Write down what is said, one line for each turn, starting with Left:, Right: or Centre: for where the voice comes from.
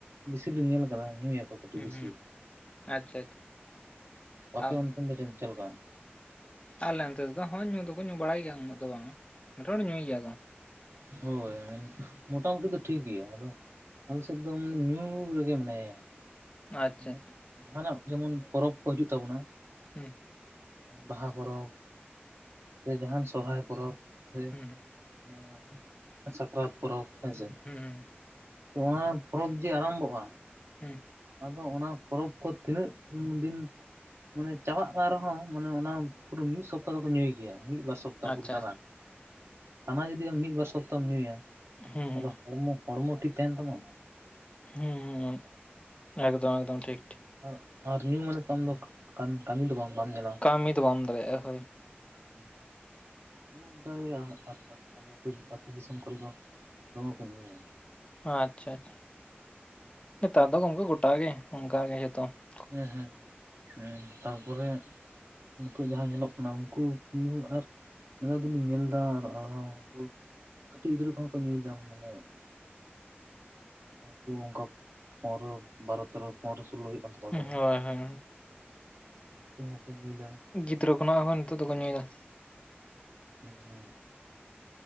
Right: ᱵᱤᱥᱤ ᱞᱮ ᱧᱮᱞ ᱟᱠᱟᱫᱟ ᱧᱩᱭᱟᱠᱚ ᱟᱹᱰᱤ
Left: ᱦᱩᱸ
Right: ᱵᱮᱥᱤ
Left: ᱦᱩᱸ ᱟᱪᱪᱷᱟ ᱟᱪᱪᱷᱟ
Right: ᱟᱯᱮ
Left: ᱟᱨ
Right: ᱚᱱᱛᱮᱱ ᱫᱚ ᱪᱮᱫ ᱞᱮᱠᱟ?
Left: ᱟᱞᱮ ᱱᱚᱛᱮ ᱫᱚ ᱦᱚ ᱧᱩ ᱫᱚᱠᱚ ᱧᱩ ᱵᱟᱲᱟᱭ ᱜᱮᱭᱟ ᱩᱱᱟᱹᱜ ᱫᱚ ᱵᱟᱝ ᱦᱚᱲ ᱧᱩᱭ ᱜᱮᱭᱟ ᱠᱚ ᱾
Right: ᱦᱳᱭ ᱢᱚᱴᱟᱢᱩᱴᱤ ᱫᱚ ᱴᱷᱤᱠ ᱜᱮᱭᱟ ᱟᱫᱚ ᱟᱞᱮᱥᱮᱫ ᱫᱚ ᱢᱟᱱᱮ ᱧᱩ ᱨᱮᱜᱮ ᱢᱮᱱᱟᱭᱟ᱾
Left: ᱟᱪᱪᱷᱟ
Right: ᱢᱟᱱᱮ ᱡᱟᱦᱱᱟᱜ ᱡᱮᱢᱚᱱ ᱯᱚᱨᱚᱵᱽ ᱠᱚ ᱦᱤᱡᱩᱜ ᱛᱟᱵᱚᱱᱟ
Left: ᱦᱮᱸ
Right: ᱵᱟᱦᱟ ᱯᱚᱨᱚᱵᱽ ᱥᱮ ᱡᱟᱦᱟᱱ ᱥᱚᱨᱦᱟᱭ ᱯᱚᱨᱚᱵᱽ ᱥᱮ
Left: ᱦᱩᱸ
Right: ᱱᱚᱣᱟ ᱥᱟᱠᱨᱟᱛ ᱯᱚᱨᱚᱵᱽ ᱦᱮᱸᱥᱮ
Left: ᱦᱩᱸ
Right: ᱛᱚ ᱚᱱᱟ ᱯᱚᱨᱚᱵᱽ ᱡᱮ ᱟᱨᱚᱢᱵᱷᱚᱜᱼᱟ
Left: ᱦᱮᱸ
Right: ᱟᱫᱚ ᱚᱱᱟ ᱯᱚᱨᱚᱵᱽ ᱠᱚ ᱛᱤᱱᱟᱹᱜ ᱫᱤᱱ ᱢᱟᱱᱮ ᱪᱟᱵᱟᱜ ᱠᱟᱱ ᱨᱮᱦᱚᱸ ᱢᱟᱱᱮ ᱚᱱᱟ ᱯᱩᱨᱟᱹ ᱢᱤᱫ ᱥᱚᱯᱛᱟ ᱫᱚᱠᱚ ᱧᱩᱭ ᱜᱮᱭᱟ ᱢᱤᱫ ᱵᱟᱨ ᱥᱚᱯᱛᱟ
Left: ᱟᱪᱪᱷᱟ
Right: ᱯᱩ ᱴᱟᱱᱟ
Left: ᱟᱪᱪᱷᱟ
Right: ᱴᱟᱱᱟ ᱡᱩᱫᱤ ᱟᱢ ᱢᱤᱫ ᱵᱟᱨ ᱥᱚᱯᱛᱟᱢ ᱧᱩᱭᱟ
Left: ᱦᱩᱸ ᱦᱩᱸ
Right: ᱟᱫᱚ ᱦᱚᱲᱢᱚ ᱦᱚᱲᱢᱚ ᱴᱷᱤᱠ ᱛᱟᱦᱮᱱ ᱛᱟᱢᱟ ᱾
Left: ᱦᱩᱸ ᱦᱩᱸ ᱮᱠᱫᱚᱢ ᱮᱠᱫᱚᱢ ᱴᱷᱤᱠ ᱴᱷᱤᱠ
Right: ᱟᱨ ᱟᱨ ᱧᱩ ᱢᱟᱱᱮ ᱛ ᱟᱢ ᱫᱚ ᱠᱟᱹᱢᱤ ᱫᱚ ᱵᱟᱝ ᱵᱟᱢ ᱧᱮᱞᱟ
Left: ᱠᱟᱹᱢᱤ ᱵᱟᱢ ᱫᱟᱲᱮᱭᱟᱜᱼᱟ ᱦᱳᱭ
Right: ᱦᱩᱸ ᱦᱩᱸ ᱚᱱᱮ ᱚᱱᱠᱟᱜᱮ ᱟᱞᱮ ᱟᱹᱛᱩ ᱟᱹᱛᱩ ᱫᱤᱥᱚᱢ ᱠᱚᱨᱮ ᱫᱚ ᱫᱚᱢᱮ ᱠᱚ ᱧᱩᱭᱟ
Left: ᱟᱪᱪᱷᱟ ᱟᱪᱷᱟ ᱱᱮᱛᱟᱨ ᱫᱚ ᱜᱚᱝᱠᱮ ᱜᱚᱴᱟ ᱜᱮ ᱚᱱᱠᱟ ᱜᱮ ᱡᱚᱛᱚ ᱾
Right: ᱦᱮᱸ ᱦᱮᱸ ᱦᱮᱸ ᱛᱟᱨᱯᱚᱨᱮ ᱱᱤᱛᱚᱜ ᱡᱟᱦᱟᱸ ᱧᱮᱞᱚᱜ ᱠᱟᱱᱟ ᱩᱱᱠᱩ ᱧᱩ ᱟᱨ ᱱᱮᱛᱟᱨ ᱫᱚᱞᱤᱧ ᱧᱮᱞᱫᱟ ᱟᱨ ᱟᱨᱦᱚᱸ ᱩᱱᱠᱩ ᱠᱟᱹᱴᱤᱡ ᱜᱤᱫᱽᱨᱟᱹ ᱠᱚᱦᱚᱸ ᱠᱚ ᱧᱩᱭᱫᱟ ᱢᱟᱱᱮ ᱩᱱᱠᱩ ᱚᱱᱠᱟ ᱯᱚᱱᱮᱨᱚ ᱵᱟᱨᱚ ᱛᱮᱨᱚ ᱯᱚᱱᱮᱨᱚ ᱥᱳᱞᱞᱳ ᱦᱩᱭᱩᱜ ᱠᱟᱱ ᱛᱟᱠᱚᱣᱟ ᱥᱮ ᱵᱟᱝ
Left: ᱦᱳᱭ ᱦᱳᱭ
Right: ᱩᱱᱠᱩ ᱦᱚᱸᱠᱚ ᱧᱩᱭᱫᱟ <unintelligible>
Left: ᱜᱤᱫᱽᱨᱟᱹ ᱠᱷᱚᱱᱟᱜ ᱦᱚᱸ ᱱᱤᱛᱚᱜ ᱫᱚᱠᱚ ᱧᱩᱭᱮᱫᱟ ᱾
Right: ᱦᱮᱸ ᱦᱩᱸ